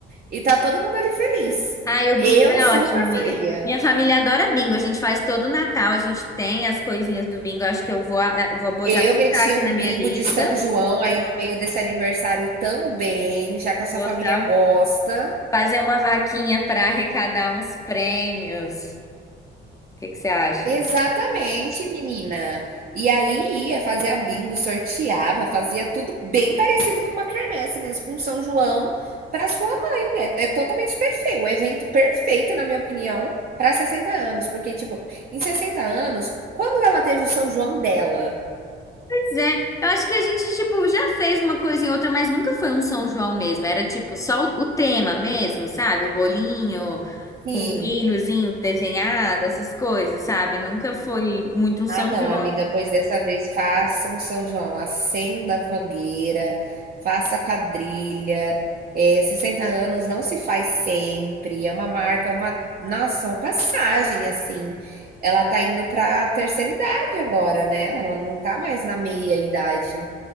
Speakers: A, on the right; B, on the left.
A: e tá todo mundo ali feliz.
B: Ai, o bingo
A: Eu
B: é
A: super
B: ótimo, amiga.
A: faria.
B: Minha família adora bingo. A gente faz todo o Natal, a gente tem as coisinhas do bingo. Eu acho que eu vou, eh, vou bo-
A: Eu
B: já botar
A: meti
B: aqui
A: um
B: na minha
A: bingo
B: lista.
A: de São João aí no meio desse aniversário também, já que a sua
B: Vou
A: família
B: tá-
A: gosta.
B: fazer uma vaquinha para arrecadar uns prêmios. O que que você acha?
A: Exatamente, menina. E aí ia, fazia bingo, sorteava, fazia tudo bem parecido com uma quermesse mesmo, com São João para sua mãe. É, é totalmente perfeito, o evento perfeito, na minha opinião, para 60 anos, porque tipo, em 60 anos, quando ela teve o São João dela?
B: Pois é, eu acho que a gente, tipo, já fez uma coisa e outra, mas nunca foi um São João mesmo. Era, tipo, só o, o tema mesmo, sabe? O bolinho
A: Sim.
B: com milhozinho desenhado, essas coisas, sabe? Nunca foi muito um São
A: Ah, não,
B: João.
A: amiga, pois dessa vez faça um São João, acenda a fogueira, faça a quadrilha. É, 60 anos não se faz sempre, é uma marca, uma, nossa, uma passagem assim. Ela tá indo para a terceira idade agora, né? Ela não tá mais na meia idade.